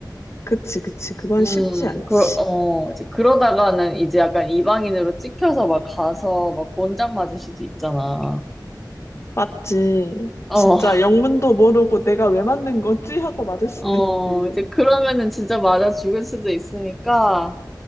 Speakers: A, on the left; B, in the centre.
A: 그치, 그치, 그건
B: 음,
A: 쉽지 않지.
B: 그러, 어, 이제 그러다가는 이제 약간 이방인으로 찍혀서 막 가서 막 권장 맞을 수도 있잖아.
A: 맞지.
B: 어,
A: 진짜 영문도
B: <laughs>
A: 모르고 내가 왜 만든 거지? 하고 맞을 수도
B: 어,
A: 있지.
B: 이제 그러면은 진짜 맞아 죽을 수도 있으니까,